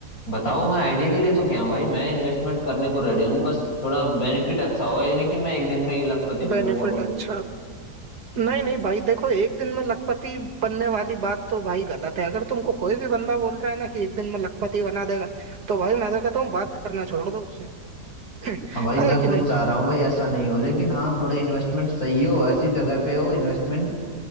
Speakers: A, on the left; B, on the right.
A: बताओ मैं आइडिया के लिए तो क्या भाई मैं इन्वेस्टमेंट करने को रेडी हूँ बस थोड़ा बेनिफिट अच्छा हो ये नहीं कि मैं एक दिन में ही लखपति बन
B: बेनिफिट
A: जाऊँ वो नहीं
B: अच्छा नहीं नहीं भाई देखो एक दिन में लखपति बनने वाली बात तो भाई गलत है अगर तुमको कोई भी बंदा बोल रहा है ना कि एक दिन में लखपति बना देगा तो भाई मैं तो कहता हूँ बात करना छोड़ दो उससे <laughs>
A: हाँ भाई मैं
B: है कि
A: खुद
B: नहीं
A: चाह रहा हूँ भाई ऐसा नहीं हो लेकिन हाँ थोड़े इन्वेस्टमेंट सही हो ऐसी जगह पे हो इन्वेस्टमेंट